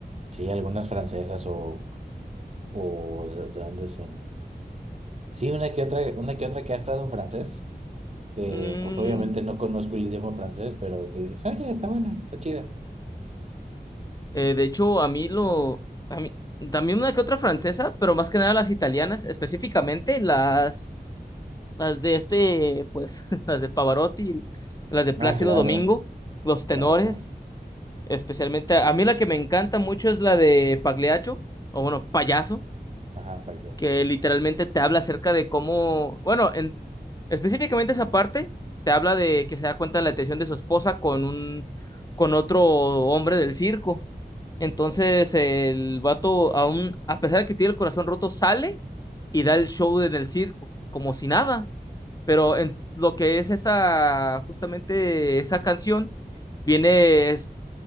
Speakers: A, on the right; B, on the left.
A: Sí, algunas francesas o, o de, de dónde son. Sí, una que otra, una que otra que ha estado en francés. que
B: Mm,
A: pues obviamente no conozco el idioma francés, pero que dices, oye, está buena, está chida.
B: eh, de hecho, a mí lo... A mí, también una que otra francesa, pero más que nada las italianas, específicamente las... Las de este, pues, <laughs> las de Pavarotti, las de Plácido
A: Ah, claro,
B: Domingo, los tenores,
A: claro.
B: especialmente. A mí la que me encanta mucho es la de Pagliaccio, o bueno, Payaso,
A: Ajá, payaso.
B: que literalmente te habla acerca de cómo, bueno, en, específicamente esa parte, te habla de que se da cuenta de la atención de su esposa con un, con otro hombre del circo. Entonces el vato, aún, a pesar de que tiene el corazón roto, sale y da el show en el circo, como si nada pero en lo que es esa, justamente esa canción, viene es-